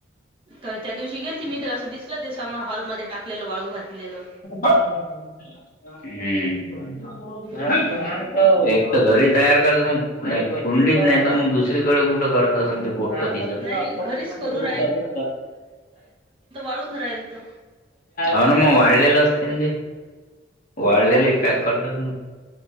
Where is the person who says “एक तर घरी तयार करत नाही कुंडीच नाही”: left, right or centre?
Left